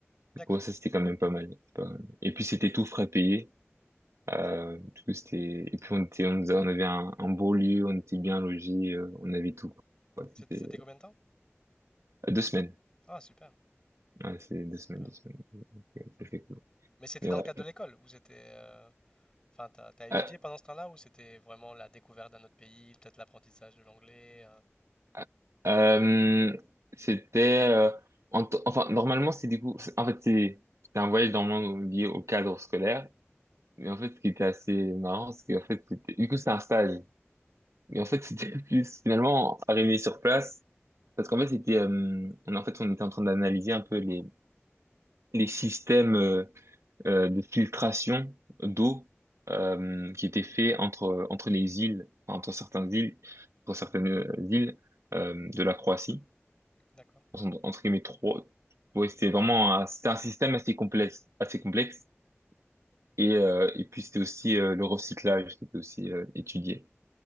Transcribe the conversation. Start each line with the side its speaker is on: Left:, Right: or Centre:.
Left: D'accord.
Right: Du coup, ça, c'était quand même pas mal. Pas mal. Et puis, c'était tout frais payé. Euh, du coup, c'était... Et puis, on était, on nous a- on avait un, un beau lieu, on était bien logés, euh, on avait tout. quoi. Ouais,
Left: C'était
Right: c'était
Left: c'était combien de temps?
Right: euh, deux semaines.
Left: Ah, super,
Right: Ouais, c'est deux
Left: super.
Right: semaines, deux semaines. C'était c'était cool.
Left: Mais c'était
Right: Mais
Left: dans
Right: ouais.
Left: le cadre de l'école ou c'était... euh, Enfin, t'as, t'as étudié
Right: Euh,
Left: pendant ce temps-là ou c'était vraiment la découverte d'un autre pays, peut-être l'apprentissage de l'anglais? euh,
Right: euh, euh, c'était euh, en t- enfin normalement c'est du coup c'est- en fait c'est c'est un voyage normalement lié au cadre scolaire Mais en fait, ce qui était assez marrant, c'est qu'en fait, c'était- du coup, c'était un stage. Mais en fait, c'était <laughs> plus finalement arrivé sur place, parce qu'en fait, c'était, euh, on, en fait, on était en train d'analyser un peu les les systèmes euh, euh, de filtration d'eau euh, qui étaient faits entre entre les îles, enfin, entre certaines îles, entre certaines euh, îles euh, de la Croatie.
Left: D'accord,
Right: Entre, entre guillemets, trois. Ouais, c'était vraiment, un- c'était un système assez complexe, assez complexe. Et, euh, et puis c'était aussi euh, le recyclage qui était aussi euh, étudié.